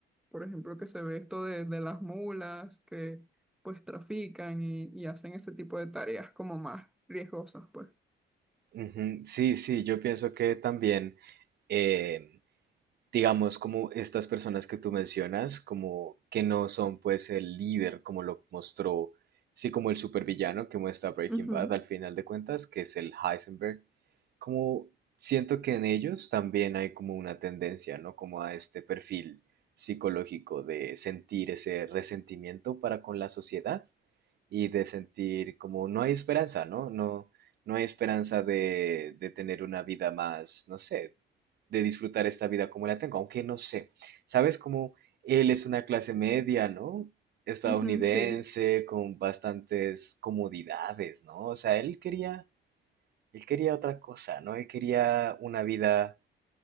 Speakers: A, in the centre; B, on the right.
A: Por ejemplo, que se ve esto de, de las mulas que pues trafican y, y hacen ese tipo de tareas como más riesgosas, pues.
B: Ujú, Sí, sí, yo pienso que también, eh, digamos, como estas personas que tú mencionas, como que no son pues el líder, como lo mostró, sí, como el supervillano que muestra Breaking
A: Ujú,
B: Bad al final de cuentas, que es el Heisenberg, como siento que en ellos también hay como una tendencia, ¿no? Como a este perfil psicológico de sentir ese resentimiento para con la sociedad y de sentir como no hay esperanza, ¿no? No, no hay esperanza de, de tener una vida más, no sé, de disfrutar esta vida como la tengo, aunque no sé, ¿sabes? Como él es una clase media, ¿no? Estadounidense,
A: ujú, sí,
B: con bastantes comodidades, ¿no? O sea, él quería él quería otra cosa, ¿no? Él quería una vida